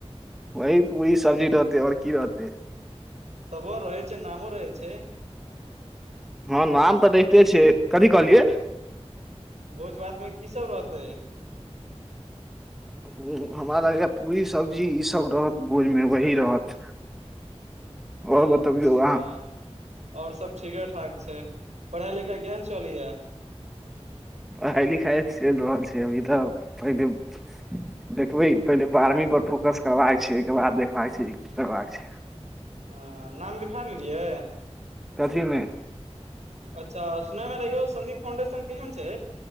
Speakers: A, in the centre; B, on the right.
A: वहि पूरी सब्जी रहतै और की रहतै
B: तबो रहै छै नामो रहै छै
A: हँ नाम तऽ रहिते छै कथी कहलियै
B: भोज भात मे की सब रहतै
A: अं हमरा लगैय पूरी सब्जी ई सब रहत भोजमे वही रहत आओर
B: अच्छा
A: बतबियौ अहाँ
B: और सब ठीके ठाक छै पढ़ाइ लिखाइ केहन चलैय
A: पढ़ाइ लिखाइ चइल रहल छै अभी तऽ पहिले देखबै पहिले बारहवीं पर फोकस करबाके छै ओइके बाद देखबाक छै की करबाक छै
B: अं नाम लिखा लेलियै
A: कथीमे
B: अच्छा सुनय मे रहियौ सदीप फाउंडेशन केहन छै